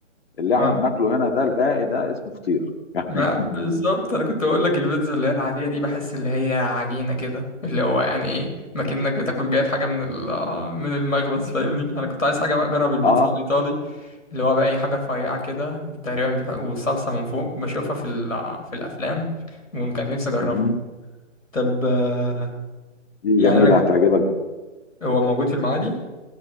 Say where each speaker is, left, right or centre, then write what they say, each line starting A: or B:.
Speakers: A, on the left; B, on the left.
A: اللي احنا
B: آه.
A: بناكله هنا ده الباقي ده اسمه فطير <laughs> يعني
B: لا بالظبط انا كنت بقول لك البيتزا اللي هي العادية دي بحس اللي هي عجينة كده اللي هو يعني ايه ما كأنك بتاكل جايب حاجة من ال- من المخبز فاهمني انا كنت عايز حاجة بقى اجرب البيتزا
A: اه
B: الايطالي اللي هو بقى اي حاجه رفيعه كده تقريبا بيح... والصلصه من فوق بشوفها في ال... في الافلام وكان نفسي اجربها
A: مهم.
B: طب آه،
A: دي
B: يعني
A: جميلة
B: انا
A: هتعجبك جدا.
B: هو موجود في المعادي